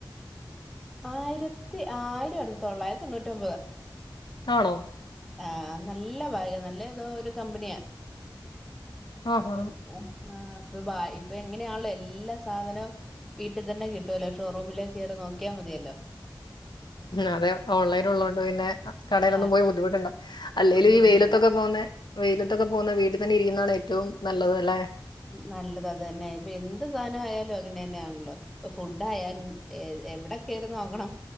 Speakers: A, in the centre; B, on the left (about 65°).
A: ആയിരത്തി ആയി തൊള്ളായിരത്തി തൊണൂറ്റിമ്പത്.
B: ആണോ
A: ആഹ് നല്ല ഭാഗ് നല്ല തോ ഒരു കമ്പനിയാ
B: ആഹാ
A: അപ്പം മ് ആഹ് ഇപ്പൊ ബ ഇപ്പൊ എങ്ങനെയാണല്ലോ എല്ലാ സാധനും വീട്ടിൽ തന്നെ കിട്ടുവല്ലോ ഷോറൂമിലേ കെറി നോക്കിയാൽ മതിയല്ലോ.
B: അതെ ഓൺലൈൻ ഉള്ളത് കൊണ്ട് പിന്നെ കടയിലൊന്നും
A: ആ
B: പോയി ബുദ്ധിമുട്ടണ്ട അല്ലേലും
A: ബുദ്ധിമുട്ടണ്ട
B: ഈ വെയിലത്തൊക്കെ പോന്നേ വെയിലത്തൊക്കെ പോന്ന വീട്ടിൽ തന്നെ ഇരിക്കുന്നതാണ് ഏറ്റവും നല്ലത് അല്ലെ.
A: നല്ലത് അത ന്നെ ഇപ്പൊ എന്ത് സാധന ആയാലും അങ്ങനെ ന്നെയാണല്ലോ ഫുഡ് ആയാലും എവിടെ പോ കെറി നോക്കണം